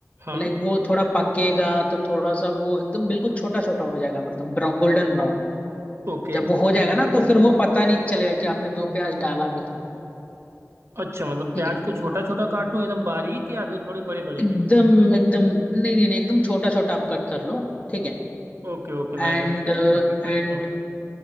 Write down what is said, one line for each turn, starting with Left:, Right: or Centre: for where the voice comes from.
Right: हाँ
Left: लाइक वो थोड़ा पकेगा तो थोड़ा सा वो एकदम बिल्कुल छोटा छोटा हो जाएगा मतलब ब्राउन गोल्डन ब्राउन
Right: ओके
Left: जब वो हो जाएगा ना तो फिर वो पता नहीं चलेगा कि आपने दो प्याज डाला भी था
Right: अच्छा मतलब प्याज
Left: ठीक है
Right: को छोटा छोटा काटूं एकदम बारीक या फिर थोड़े बड़े बड़े
Left: एकदम
Right: में
Left: एकदम नहीं नहीं नहीं एकदम छोटा छोटा आप कट कर लो ठीक है
Right: ओके ओके
Left: एंड
Right: मैं एकदम छोटे छोटे कट कर
Left: एंड
Right: लेता हूँ